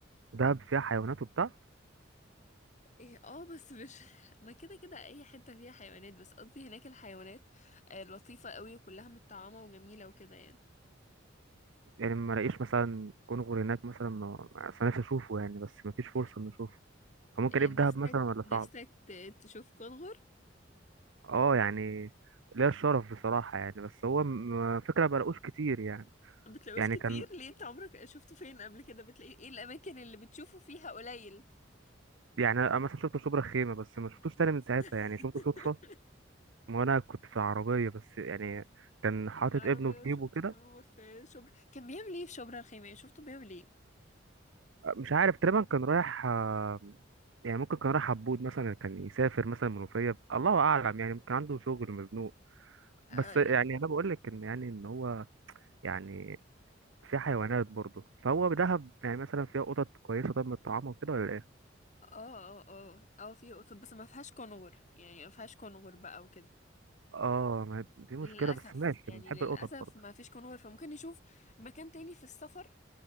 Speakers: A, on the right (about 80°); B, on the left (about 40°).
A: دهب فيها حيوانات وبتاع
B: ايه اه بس مش <laughs> ما كده كده اي حتة فيها حيوانات بس قصدي هناك الحيوانات آه، لطيفة قوي وكلها متطعمة وجميلة وكده يعني
A: يعني ما الاقيش مثلا كونغر هناك مثلا ما ما- أصل نفسي اشوفه يعني بس ما فيش فرصه ان اشوفه فممكن
B: نفسك
A: ايه في دهب مثلا ولا
B: نفسك
A: صعب
B: ت- تشوف كونغر
A: اه يعني ليا الشرف بصراحه يعني بس هو م- فكره ما بلاقوش كتير يعني
B: ما بتلاقوش
A: يعني
B: كتير
A: كان
B: ليه انت عمرك شفته فين قبل كده بتلاقيه ايه الاماكن اللي بتشوفه فيها قليل
A: يعني انا مثلا شفت شبرا خيمه بس ما شفتوش تاني من ساعتها
B: <laughs>
A: يعني شفته صدفه ما انا كنت في العربيه بس يعني كان
B: انت
A: حاطط
B: في العربية
A: ابنه في جيبه
B: شفت
A: كده
B: كونغر في شبرا كان بيعمل ايه في شبرا الخيمية شفته بيعمل ايه
A: مش عارف تقريبا كان رايح آه، يعني ممكن كان رايح عبود مثلا كان يسافر مثلا منوفيه الله اعلم يعني ممكن عنده شغل مزنوق بس
B: اه
A: يعني
B: ي-
A: انا بقول لك ان يعني ان هو يعني في حيوانات برضه فهو بدهب يعني مثلا فيها قطط كويسه طب من الطعام وكده ولا ايه
B: اه اه اه اه في قطط بس ما فيهاش كونغر يعني ما فيهاش كونغر بقى وكده
A: اه ما دي مشكله
B: للأسف
A: بس ماشي
B: يعني
A: بنحب
B: للأسف
A: القطط برضه
B: ما فيش كونغر فممكن نشوف مكان تاني في السفر